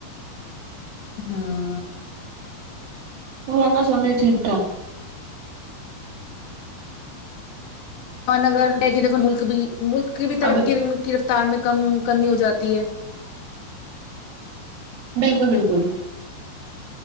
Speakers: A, on the left (about 70°); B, on the right (about 60°).
A: ہاں
B: وہ والا سمے ٹھیک تھا
A: ان اگر کہ دیکھو ملک بھی ملک کی بھی ترقی
B: اب
A: کی رفتار میں کم کمی ہو جاتی ہے
B: بالکل بالکل